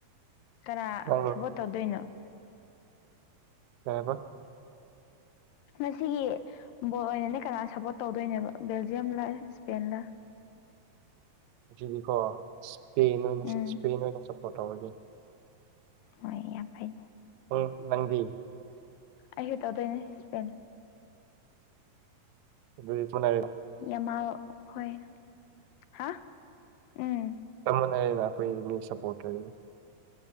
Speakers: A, on the left (about 80°); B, on the right (about 70°).
A: ꯀꯅꯥ
B: ꯅꯪ
A: ꯁꯞꯕꯣꯠ ꯇꯧꯗꯣꯏꯅꯣ
B: ꯀꯩ ꯍꯥꯏꯕ
A: ꯃꯁꯤꯒꯤ ꯕꯣꯜ ꯑꯣꯏꯅꯅꯦ ꯀꯅꯥ ꯁꯞꯄꯣꯔꯠ ꯇꯧꯗꯣꯏꯅꯦꯕ ꯕꯦꯜꯖꯤꯌꯝꯂ ꯏꯁꯄꯦꯟꯂ
B: ꯑꯁꯤꯗꯤꯀꯣ ꯏꯁꯄ ꯑꯣꯏꯅ ꯏꯁꯄꯦꯟ
A: ꯎꯝ
B: ꯑꯣꯏꯅ ꯁꯞꯄꯣꯔꯠ ꯇꯧꯔꯒꯦ
A: ꯍꯣꯏ ꯌꯥꯝ ꯐꯩꯅꯦ
B: ꯎ ꯅꯪꯗꯤ
A: ꯑꯩꯁꯨ ꯇꯧꯗꯣꯏꯅꯦ ꯁꯄꯦꯟ
B: ꯑꯗꯨ ꯃꯅ
A: ꯌꯥꯝꯃ ꯍꯣꯏ ꯍꯥ ꯎꯝ
B: ꯆꯝꯕꯅꯏꯗꯅ ꯑꯩꯈꯣꯏꯅꯤ ꯁꯞꯄꯣꯔꯇꯔꯅꯤ